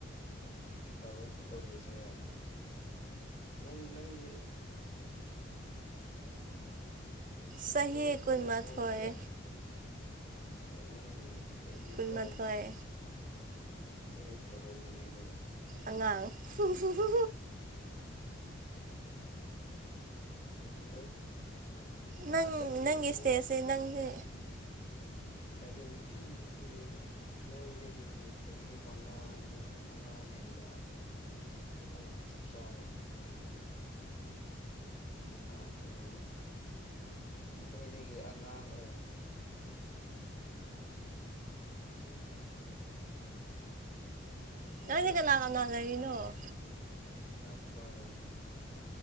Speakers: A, on the left; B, on the right.
A: ꯄꯕ ꯀꯧꯒꯦꯁꯨ ꯌꯥꯏ ꯅꯪ ꯅꯪꯗꯤ
B: ꯆꯍꯤ
A: ꯍꯣꯏ
B: ꯀꯨꯟꯃꯥꯊꯣꯏ
A: ꯀꯨꯟ ꯃꯠꯄ ꯑꯣꯏ ꯀꯌꯥ ꯑꯩꯉꯣꯟꯗꯒꯤ ꯁ
B: ꯀꯨꯟꯃꯥꯊꯣꯏ
A: ꯇꯔꯒ ꯁ ꯇꯔꯣ ꯂꯩꯅꯦ ꯂꯩ
B: ꯑꯉꯥꯡ ꯁ ꯁ ꯁ
A: ꯎꯝ ꯑꯗꯨ ꯍꯥꯏꯗꯤ
B: ꯅꯪ ꯅꯪꯒꯤ ꯏꯁꯇꯦꯖꯁꯦ
A: ꯅꯣꯏ ꯅꯨꯄꯤ
B: ꯅꯪꯁ
A: ꯍꯥꯏꯗꯤ ꯅꯨꯄꯤꯁꯤꯗꯤ ꯅꯣꯏꯗꯒꯤ ꯆꯍꯤ ꯃꯉꯥ ꯃꯉꯥ ꯍꯦꯟꯕ ꯑꯗꯨꯞꯥꯔꯅꯤꯗꯤ ꯃꯉꯥ ꯇꯔꯨꯛ ꯅꯣꯏꯗꯒꯤ ꯑꯉꯥꯡ ꯑꯣꯏꯕ ꯗ
B: ꯅꯪꯗꯤ
A: ꯅꯠꯇ꯭ꯔ
B: ꯀꯅꯥ ꯀꯅꯥ ꯂꯩꯔꯤꯅꯣ
A: ꯅꯨꯄꯥꯒ ꯂꯩꯔꯤ